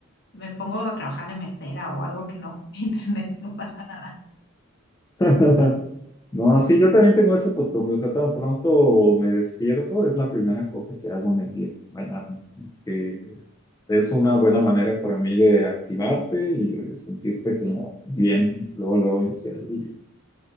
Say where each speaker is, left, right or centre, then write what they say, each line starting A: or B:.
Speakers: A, on the left; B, on the left.
A: me pongo a trabajar de mesera o algo que no ocupe <laughs> internet, no pasa nada.
B: <laughs> No, sí, yo también tengo esa costumbre, o sea, tan pronto me despierto, es la primera cosa que hago en el día, bañarme, que es una buena manera para mí de activarte y de sentirte como bien, luego, luego iniciar el día.